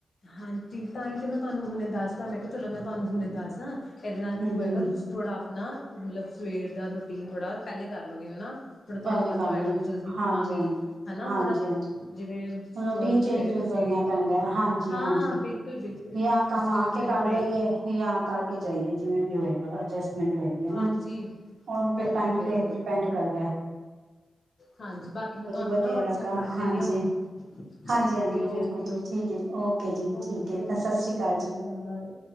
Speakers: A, on the left; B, on the right.
A: ਹਾਂਜੀ, ਤਾਂ ਹੀ ਤੇ ਮੈਂ ਤੁਹਾਨੂੰ ਹੁਣੇ ਦੱਸ ਤਾਂ ਮੈਂ ਕਿਹਾ ਚਲੋ ਮੈਂ ਤੁਹਾਨੂੰ ਹੁਣ ਦੱਸਦਾ। ਇਹਦੇ ਨਾਲ
B: ਹੂੰ
A: ਕੀ ਹੋਏਗਾ।
B: ਹੂੰ
A: ਤੁਸੀਂ ਥੋੜਾ ਹਨਾ ਮਤਲਬ ਸਵੇਰ ਦਾ ਰੂਟੀਨ ਥੋੜ੍ਹਾ ਪਹਿਲੇ ਕਰ ਲਓਗੇ ਹਨਾ। ਥੋੜਾ ਤੁਹਾਨੂੰ
B: ਪਹਿਲੇ
A: ਪਤਾ
B: ਕਰ
A: ਹੋਏਗਾ,
B: ਲਾਂਗੇ
A: ਮੈਂ ਜਲਦੀ ਉੱਠਾਂਗੀ
B: ਹਾਂਜੀ ਹਾਂਜੀ
A: ਹਨਾ,
B: ਹਾਂਜੀ
A: ਥੋੜਾ
B: ਹਾਂਜੀ
A: ਜਿਵੇਂ
B: ਰੂਟੀਨ
A: ਜੋ ਵੀ
B: ਚੇਂਜ
A: ਸਵੇਰੇ ਤੁਸੀਂ
B: ਕਰਨਾ ਪੈਂਦਾ ਏ, ਹਾਂਜੀ-ਹਾਂਜੀ
A: ਹਾਂ ਬਿਲਕੁਲ ਬਿਲਕੁਲ
B: ਯਾ ਕੰਮ
A: ਤੁਸੀਂ
B: ਆ
A: ਜਿਵੇਂ ਸਵੇਰੇ
B: ਕੇ ਕਰ
A: ਬ੍ਰੇਕ
B: ਲਈਏ ਯਾ ਕਰਕੇ ਜਾਈਏ, ਜਿਵੇਂ ਵੀ ਹੋਏ। ਹਾਂ-ਹਾਂ ਜਿਸ ਮਿੰਟ ਹੋਏਗੇ
A: ਹਾਂਜੀ,
B: ਨਾ, ਉਹ
A: ਬਿਲਕੁਲ-ਬਿਲਕੁਲ
B: ਤੇ ਟਾਈਮ ਤੇ ਡਿਪੈਂਡ ਕਰਦਾ ਏ।
A: ਹਾਂਜੀ, ਬਾਕੀ ਮੈਂ ਤੁਹਾਨੂੰ
B: ਵਧੀਆ
A: ਨਾ ਵਟਸਐਪ
B: ਲੱਗਾ
A: ਕਰ ਦੇਣੀ
B: ਹਾਂਜੀ
A: ਹਾਂ ਹੁਣ,
B: ਹਾਂਜੀ
A: ਠੀਕ
B: ਹਾਂਜੀ
A: ਹੈ ਓਕੇ-ਓਕੇ,
B: ਬਿਲਕੁਲ ਜੀ ਠੀਕ ਹੈ ਜੀ ਓਕੇ ਜੀ
A: ਓਕੇ-ਓਕੇ
B: ਠੀਕ ਹੈ
A: ਜੀ,
B: ਅਕਾਲ
A: ਸਤਿ ਸ਼੍ਰੀ ਅਕਾਲ।